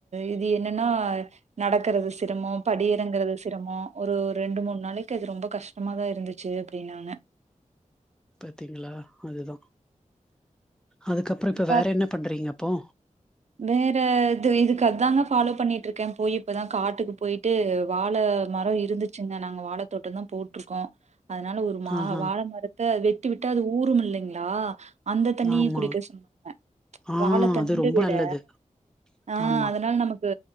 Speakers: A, on the right; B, in the centre.
A: இது என்னனா நடக்கறது சிரமோ படி எறங்குறது சிரமோ ஒரு ரெண்டு மூணு நாளக்கி அது ரொம்ப கஷ்டமாதா இருந்துச்சு அப்டினாங்க
B: பாத்தீங்களா அதுதா அதுக்கப்றோ இப்ப
A: பட்
B: வேற என்ன பண்றீங்க அப்போ
A: வேற இது இதுக்கு அதாங்க ஃபாலோ பண்ணிட்டு இருக்கே போய் இப்பதா காட்டுக்கு போயிட்டு வாழ மரொ இருந்துச்சுங்க நாங்க வாழ தோட்டதா போட்டுருக்கோ அதனால ஒரு மா
B: ஆஹா
A: வாழ மரத்த வெட் விட்டு விட்டா அது ஊரும் இல்லைங்களா அந்த தண்ணியு
B: ஆமா
A: குடிக்க சொன்னாங்க
B: ஆ
A: வாழ தண்டு
B: அது ரொம்ப
A: விட
B: நல்லது
A: ஆஹ்
B: ஆமா
A: அதனால நமக்கு